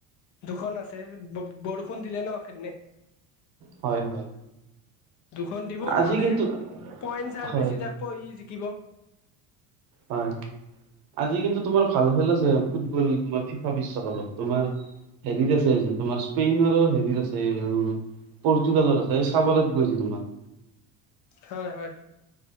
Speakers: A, on the left (about 50°); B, on the right (about 65°).
A: দুখন আছে বৰষুণ দিলে ন সেইদিনে
B: হয় হয়
A: দুখন দিব
B: আজি
A: নহলে
B: কিন্তু
A: পইন্টাৰ
B: হয়
A: বেছি থাকিব ই জিকিব
B: হয় আজি কিন্তু তোমাৰ ভাল খেল আছে ফুটবল তোমাৰ ফিফা বিশ্বকাপত তোমাৰ হে হেৰি আছে তোমাৰ স্পেইন আৰু হেৰিৰ আছে পৰ্তুগালৰ আছে এই চাব লাগিব আজি তোমাৰ
A: হয় হয়